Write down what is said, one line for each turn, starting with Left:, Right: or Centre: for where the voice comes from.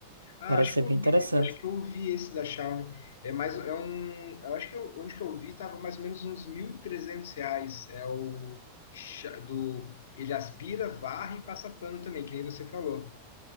Left: Ah,
Right: Parece
Left: acho
Right: ser
Left: que eu
Right: bem interessante.
Left: vi, acho que eu vi esse da Xiaomi. É mais, é um, eu acho que eu- onde que eu vi tava mais ou menos uns 1.300 reais. É o Xia- do, ele aspira, varre e passa pano também, que nem você falou.